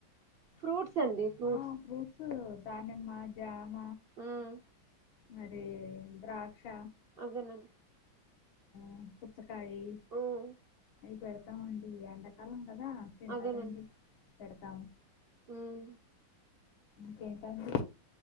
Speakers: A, on the left; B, on the right.
A: <inaudible>
B: ఫ్రూట్స్ అండి ఫ్రూట్స్
A: దానిమ్మ జామ
B: ఉమ్
A: మరి ద్రాక్ష
B: అదేనం
A: ఉమ్ పుచ్చక్ కాయి
B: ఉమ్
A: అవి పెడ్ ఆ అండి ఈ ఎండకాలం కదా తింటారండి
B: అదేనండి
A: పెడతాం
B: ఉమ్
A: ఇంకేంటండి